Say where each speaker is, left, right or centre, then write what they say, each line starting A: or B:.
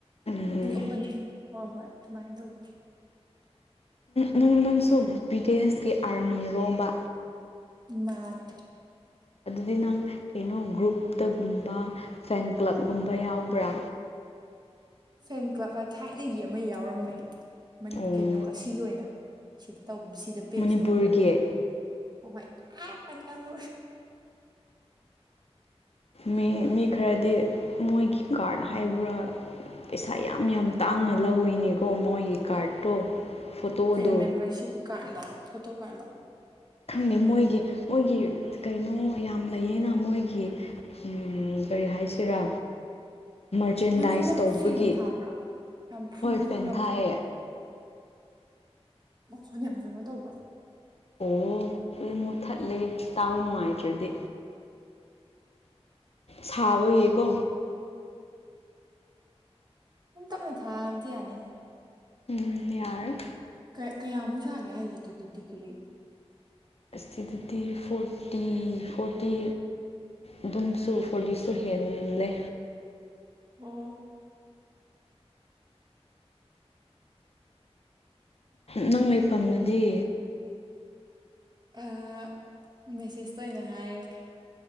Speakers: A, on the left; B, on the right.
A: ꯎꯝ
B: ꯍꯥꯏꯗꯤꯑꯣꯄꯅꯤꯡ ꯍꯣꯏ ꯍꯣꯏ ꯑꯗꯨꯃꯥꯏꯅ ꯇꯧꯕ
A: ꯅꯪ ꯅꯪꯁꯨ ꯕ꯭ꯔꯤꯇꯤꯁꯀꯤ ꯑꯥꯔꯃꯤꯔꯣꯝꯕ
B: ꯃꯥꯟꯅꯦ
A: ꯑꯗꯨꯗꯤ ꯅꯪ ꯀꯩꯅꯣ ꯒ꯭ꯔꯨꯞꯇꯒꯨꯝꯕ ꯐꯦꯟ ꯀ꯭ꯂꯕꯒꯨꯝꯕ ꯌꯥꯎꯕ꯭ꯔꯥ
B: ꯐꯦꯟ ꯀ꯭ꯂꯕꯅ ꯊꯥꯏꯅꯒꯤ ꯑꯃ ꯌꯥꯎꯔꯝꯃꯦ
A: ꯎꯝ
B: ꯀꯩꯅꯣ ꯑꯁꯤꯒꯤ ꯑꯣꯏꯅ ꯁꯤꯗ ꯁꯤꯗ ꯕꯦꯁ
A: ꯃꯅꯤꯄꯨꯔꯒꯤ
B: ꯇꯧꯕ ꯑꯣꯏ ꯍ ꯍꯣꯏ ꯌꯥꯝ ꯄꯟꯒꯅꯨ
A: ꯃꯤ ꯃꯤ ꯈꯔꯗꯤ ꯃꯣꯏꯒꯤ ꯀꯥꯔꯠ ꯍꯥꯏꯕ꯭ꯔꯥ ꯄꯩꯁꯥ ꯌꯥꯝ ꯌꯥꯝ ꯇꯥꯡꯅ ꯂꯧꯏꯅꯦꯀꯣ ꯃꯣꯏꯒꯤ ꯀꯥꯔꯠꯇꯣ ꯐꯣꯇꯣꯗꯣ
B: ꯀꯩꯅꯣ ꯃꯦꯝꯕꯔꯁꯤꯞ ꯀꯥꯔꯠ ꯂꯣ ꯐꯣꯇꯣ ꯀꯥꯔꯠ ꯂꯣ
A: ꯈꯪꯗꯦ ꯃꯣꯏꯒꯤ ꯃꯣꯏꯒꯤ ꯀꯩꯅꯣ ꯌꯥꯝ ꯂꯩꯌꯦꯅ ꯃꯣꯏꯒꯤ ꯎꯝ ꯀꯔꯤ ꯍꯥꯏꯁꯤꯔꯥ ꯃꯔꯆꯦꯟꯗꯥꯏꯁ
B: ꯃꯅꯤꯡꯗ
A: ꯇꯧꯕꯒꯤ
B: ꯐꯦꯟ ꯊꯥꯕ꯭ꯔꯣ ꯌꯥꯝ ꯐꯨꯔꯨ
A: ꯍꯣꯏ
B: ꯐꯨꯔꯨ
A: ꯄꯦꯟ
B: ꯌꯥꯝ
A: ꯊꯥꯏꯌꯦ
B: ꯇꯧꯋꯦ ꯃꯈꯣꯟ ꯌꯥꯝ ꯀꯩꯅꯣ ꯇꯧꯕꯔꯣ
A: ꯑꯣ ꯑꯗꯨꯗꯤ ꯃꯨ ꯊꯠꯂꯦ ꯇꯥꯕ ꯅꯨꯡꯉꯥꯏꯇ꯭ꯔꯗꯤ ꯁꯥꯕꯒꯤꯀꯣ
B: ꯎꯝ ꯇꯞꯅ ꯊꯥꯔꯗꯤ ꯌꯥꯅꯤꯅ
A: ꯎꯝ ꯌꯥꯔꯅꯤ
B: ꯀꯌꯥ ꯀꯌꯥꯃꯨꯛ ꯁꯥꯒꯦ ꯍꯥꯏꯁꯦ ꯑꯗꯨꯗ ꯗꯤꯒ꯭ꯔꯤ
A: ꯑꯁꯤꯗꯗꯤ ꯐꯣꯔꯇꯤ ꯐꯣꯔꯇꯤ ꯑꯗꯨꯝꯁꯨ ꯐꯣꯔꯇꯤꯁꯨ ꯍꯦꯜꯂꯦ
B: ꯑꯣ
A: ꯅꯪ ꯂꯩꯐꯝꯗꯨꯗꯤ
B: ꯑ ꯃꯦꯁꯦꯁꯇ ꯑꯣꯏꯅ ꯍꯥꯏꯔꯒꯦ